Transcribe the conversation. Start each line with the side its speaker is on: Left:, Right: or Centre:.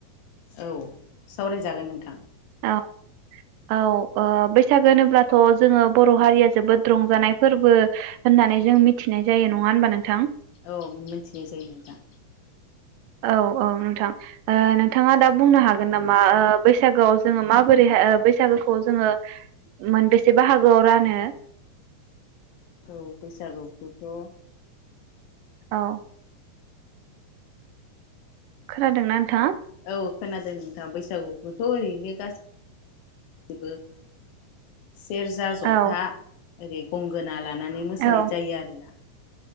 Left: औ सावरायजागोन नोंथां।
Right: औ औ ओ बैसागो होनोब्लाथ जोङो बर' हारिया जोबोद रंजानाय फोरबो होननानै
Left: औ
Right: जों मिथिनाय जायो नङा। नङा होनबा नोंथां?
Left: औ मिथिनाय जायो नोंथां।
Right: औ औ नोंथां ओ नोंथाङा दा बुंनो हागोन नामा ओ बैसागोआव जोङो माबोरै बैसागोखौ जोङो मोनबेसे बाहागोआव रानो?
Left: औ बैसागुखौथ'
Right: औ। खोनादोंना नोंथाङा?
Left: औ खोनादों नोंथां बैसागुखौथ' ओरैनो गासैबो। सेरजा, ज'था।
Right: औ
Left: ओरै गंगोना ला लानानै मोसानाय
Right: औ
Left: जायो आरोना?